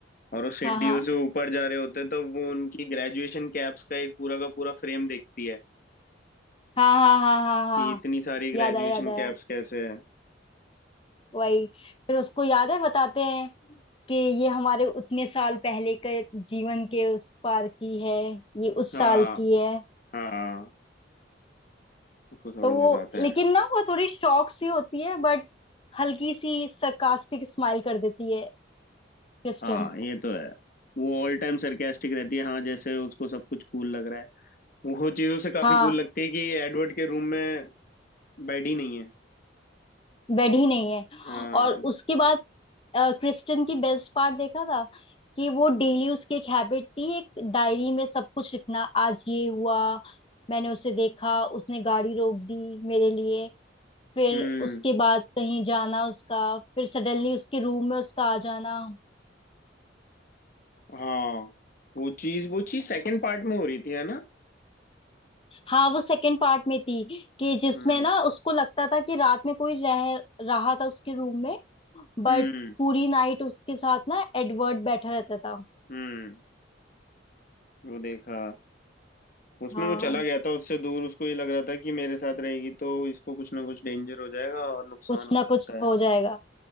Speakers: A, on the left; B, on the left.
A: और वो सीढ़ियों
B: हाँ हाँ
A: से ऊपर जा रहे होते हैं तो वो उनकी ग्रेजुएशन कैप्स का एक पूरा का पूरा फ्रेम देखती है
B: हाँ हाँ हाँ हाँ हाँ
A: कि इतनी सारी ग्रेजुएशन
B: याद आया याद आया
A: कैप्स कैसे हैं
B: वही फिर उसको याद है बताते हैं कि ये हमारे उतने साल पहले के जीवन के उस पार की है ये उस
A: हाँ
B: साल की है
A: हाँ उसको सब
B: तो
A: कुछ
B: वो
A: बताते
B: लेकिन
A: हैं
B: ना वो थोड़ी शॉक सी होती है बट हल्की सी sarcastic स्माइल कर देती है क्रिस्टन
A: हाँ ये तो है वो ऑल टाइम सरकास्टिक रहती है हाँ जैसे उसको सब कुछ कूल लग रहा है वो चीजों से काफी
B: हाँ
A: कूल लगती है कि एडवर्ड के रूम में बेड ही नहीं है
B: बेड ही नहीं है
A: हाँ
B: और उसके बाद क्रिस्टन की बेस्ट पार्ट देखा था कि वो डेली उसकी एक हैबिट थी एक डायरी में सब कुछ लिखना आज ये हुआ मैंने उसे देखा उसने गाड़ी रोक दी मेरे लिए फिर
A: हम्म
B: उसके बाद कहीं जाना उसका फिर सडनली उसके रूम में उसका आ जाना
A: हाँ वो चीज वो चीज सेकंड पार्ट में हो रही थी है ना
B: हाँ वो सेकंड पार्ट में थी कि जिसमें
A: हम्म
B: ना उसको लगता था कि रात में कोई रह रहा था उसके रूम में बट
A: हम्म
B: पूरी नाइट उसके साथ ना एडवर्ड बैठा रहता था
A: हम्म वो देखा उसमें
B: हाँ
A: वो चला गया था उससे दूर उसको ये लग रहा था कि मेरे साथ रहेगी तो इसको कुछ ना कुछ डेंजर हो जाएगा और नुकसान
B: कुछ
A: हो
B: ना
A: सकता
B: कुछ
A: है
B: हो जाएगा